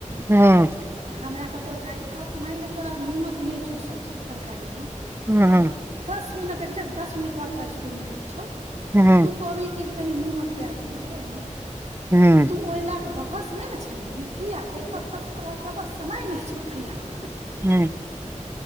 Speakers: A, on the right; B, on the right.
A: हँ
B: जे हमरा कतहु जायके आब माइन ले तोरा नीमक नहि छौ सब्जी तरकारीमे
A: हँ हँ
B: आब दस मिनट एकजेक्ट दस मिनट बाद तोरा स्कुल निकलै के छौ
A: हँ
B: तू कहबी कि जे कनि नीमक दए दिअ अहिम
A: नहि
B: तू ओहि लए कऽ बहस नहि नहि छेड़बिही किया कियाकी पास तोरा पास तोरा पास समय नहि छौ पर्याप्त
A: हँ